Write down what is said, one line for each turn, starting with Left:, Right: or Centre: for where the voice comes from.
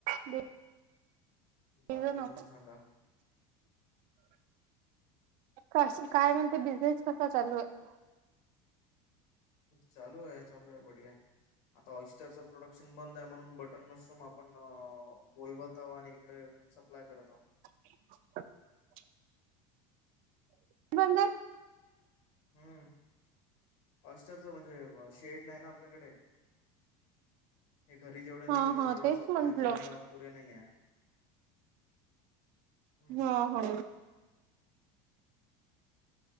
Right: ब
Left: बाकी
Right: इ
Left: अजून
Right: न
Left: सांगा
Right: कस काय म्हणते बिझनेस कसा चालू आहे?
Left: चालू आहे चालू आहे बढिया. आता ऑइस्टरचं प्रोडक्शन बंद आहे म्हणून बटन मशरूम आपण बोलवत आहो आणि इकडे सप्लाय करत आहो.
Right: <unintelligible> म <unintelligible>
Left: हम्म अरच म्हणजे शेड नाही ना आपल्याकडे हे घरी जेवढे
Right: हा
Left: निघत आहे
Right: हा
Left: तेवढं
Right: तेच
Left: सप्लाय
Right: म्हंटलं
Left: करायला पुरे नाही आहे हम्म
Right: हा होा